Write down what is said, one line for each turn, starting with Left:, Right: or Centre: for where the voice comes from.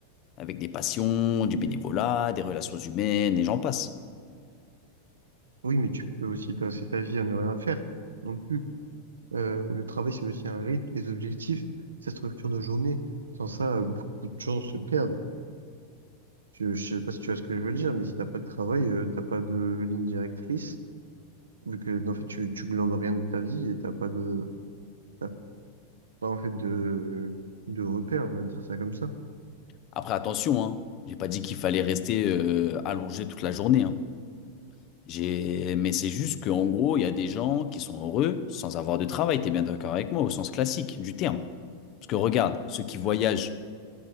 Left: avec des passions, du bénévolat, des relations humaines et j'en passe.
Right: Oui, mais tu peux aussi passer ta vie à ne rien faire. Donc, Euh, le travail, c'est aussi un rythme, des objectifs, sa structure de journée. Sans ça, euh, beaucoup de gens se perdent. Je, je sais pas si tu vois ce que je veux dire, mais si t'as pas de travail, euh, t'as pas de ligne directrice, vu que en fait tu, tu glandes rien de ta vie et t'as pas de t'as pas en fait de de repères, on va dire ça comme ça.
Left: Après, attention, hein. J'ai pas dit qu'il fallait rester euh, allongé toute la journée, hein. J'ai... Mais c'est juste qu'en gros, il y a des gens qui sont heureux sans avoir de travail. T'es bien d'accord avec moi, au sens classique du terme. Parce que regarde, ceux qui voyagent,